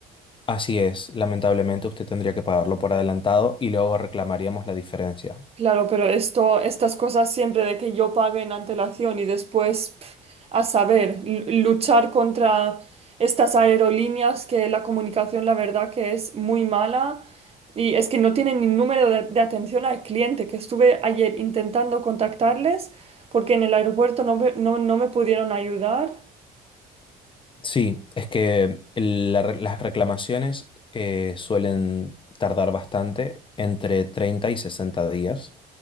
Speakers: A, on the left; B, on the right.
A: Así es, lamentablemente usted tendría que pagarlo por adelantado y luego reclamaríamos la diferencia.
B: Claro, pero esto, estas cosas siempre de que yo pague en antelación y después, pf, a saber, l- luchar contra estas aerolíneas que la comunicación, la verdad que es muy mala y es que no tienen ni número de, de atención al cliente, que estuve ayer intentando contactarles porque en el aeropuerto no, me- no, no me pudieron ayudar.
A: Sí, es que la re- las reclamaciones eh, suelen tardar bastante, entre 30 y 60 días